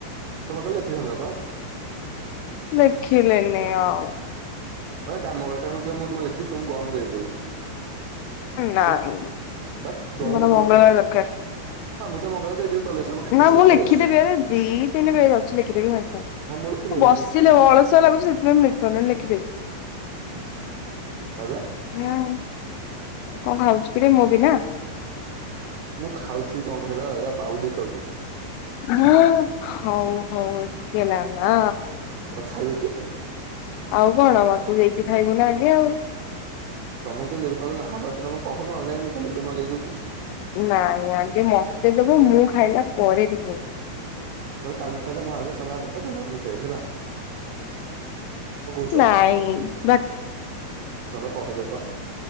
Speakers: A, on the right; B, on the left.
A: ତମେ କହିଲ ଲେଖିଥାନ୍ତ ପା
B: ଦେଖିଲେନି ଆଉ।
A: ଗୋଟେ କାମ କରିବ ଦିଅ ମୁଁ ତୁମକୁ ଲେଖିକି ତୁମକୁ ଫର୍ମ ଦେଇ ଦେବି।
B: ନାଇଁ
A: ତମେ ଦଉନ
B: ମୋର
A: ମୁଁ ତମକୁ
B: ମଙ୍ଗଳବାର ଦରକାର
A: ମଙ୍ଗଳବାରେ ଦେଇଦେବି। କଲେଜ ତମ କେତେ
B: ନା
A: ଅଛି
B: ମୁଁ
A: ଲେଖିବାର
B: ଲେଖିଦେବି
A: ଅଛି
B: ଆରେ ଦିଇ ଦିନି ପାଇଁ ଅଛି ଲେଖିଦେବି ସାଙ୍ଗେ ସାଙ୍ଗେ
A: ହଁ ଲେଖିଦେବି
B: ମୁଁ ବସି। ଅଳସୁଆ ଲାଗୁଛି ସେଥିପାଇଁ ଲେଖିପାରୁନି ନହେଲେ ଲେଖିଦବି।
A: ଆରେ
B: ହଁ କଣ ଖାଉଛି କିରେ ମୋ ବିନା।
A: ମୁଁ ଖାଉଛି କଣ କହିଲ ଏଇରା ପାଉଁରୁଟି ଖାଉଛି।
B: ହଁ ହଉ ହଉ ହେଲା ନା।
A: ତମେ ଖାଇବ କି।
B: ଆଉ କଣ ମତେ ଦେଇକି ଖାଇବୁ ନା ଆଗେ ଆଉ।
A: ତମକୁ କାଇଁ ଦେବି ତମେ ତ ଯାହା ପାଇଲ ତମେ ତ କହୁନ ଅନଲାଇନରେ ମୁଁ ମଗେଇ ଦଉଛି।
B: ନାଇଁ ଆଗେ ମତେ ଦବ ମୁଁ ଖାଇଲା ପରେ ବି ଖାଇବି।
A: ହଉ କାଲି ତାହେଲେଁ ଆଗେ ମୁଁ ଖାଇଵି ହେଲା। କଣ କହୁଛ?
B: ନାଇଁ ବା।
A: ତମେ କହିଲ ପା।